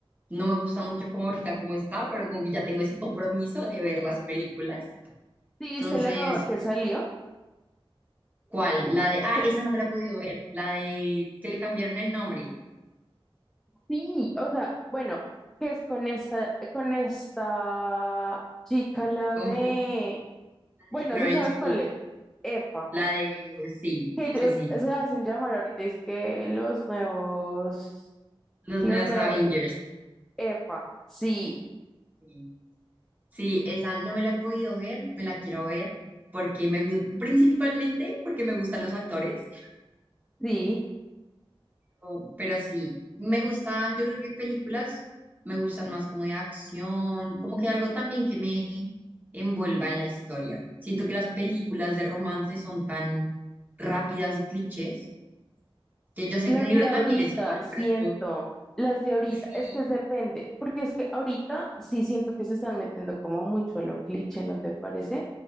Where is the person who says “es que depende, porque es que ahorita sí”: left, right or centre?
Centre